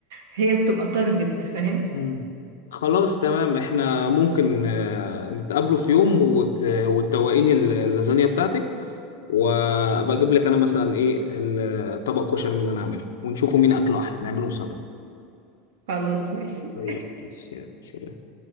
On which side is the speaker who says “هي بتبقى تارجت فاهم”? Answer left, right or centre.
Right